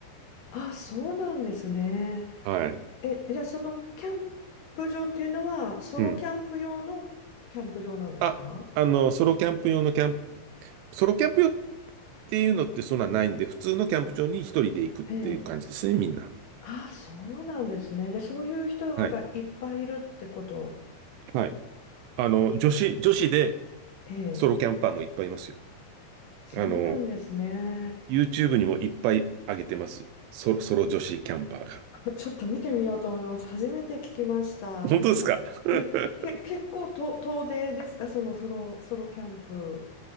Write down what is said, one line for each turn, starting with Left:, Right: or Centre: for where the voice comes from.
Left: あ、そうなんですね。
Right: はい。
Left: え、じゃあそのキャンプ場っていうのは、ソロキャンプ用のキャンプ場なんですか
Right: うん。あ、あの、ソロキャンプ用のキャンプ、ソロキャンプ用っていうのってそんなないんで、普通のキャンプ場に一人で行くっていう感じですね、
Left: ええ。
Right: みんな。
Left: あ、そうなんですね。で、そういう人がいっぱいいるってこと。
Right: はい。はい。あの、女子、女子で
Left: ええ、
Right: ソロキャンパーもいっぱいいますよ。
Left: そうなんですね。
Right: あの、YouTube にもいっぱい上げてます。ソロ、ソロ女子キャンパーが。
Left: <laughs> ちょっと見てみようと思います。初めて聞きました。
Right: 本当ですか <laughs>
Left: え、け、結構と遠出ですかそのソロ、ソロキャンプ。